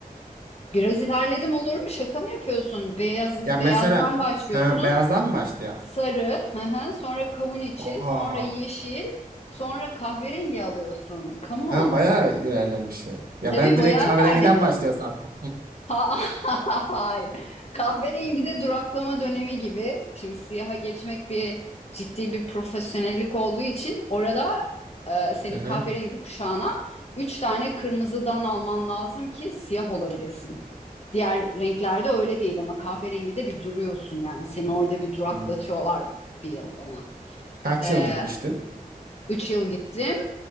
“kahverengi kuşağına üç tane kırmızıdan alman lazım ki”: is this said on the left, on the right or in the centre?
Left